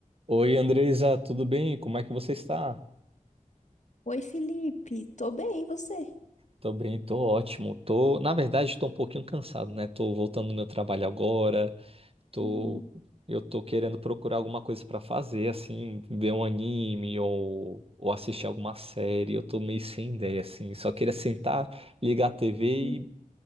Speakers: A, on the right; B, on the left.
A: Oi, Andresa, tudo bem? Como é que você está?
B: Oi, Felipe. Tô bem, e você?
A: Tô bem, tô ótimo. Tô, na verdade, tô um pouquinho cansado, né? Tô voltando do meu trabalho agora. Tô,
B: Uhum.
A: eu tô querendo procurar alguma coisa pra fazer, assim, ver um anime ou, ou assistir alguma série. Eu tô meio sem ideia, assim. Só queria sentar, ligar a TV
B: Hum,
A: e